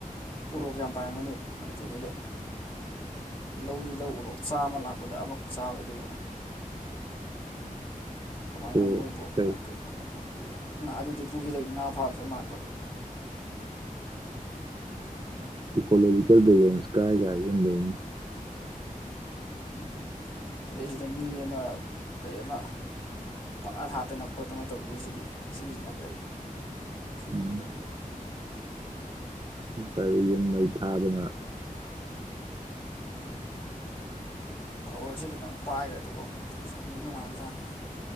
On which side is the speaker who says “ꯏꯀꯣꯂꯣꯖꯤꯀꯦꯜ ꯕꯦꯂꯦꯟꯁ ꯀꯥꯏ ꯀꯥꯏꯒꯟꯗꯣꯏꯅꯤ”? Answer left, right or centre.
Right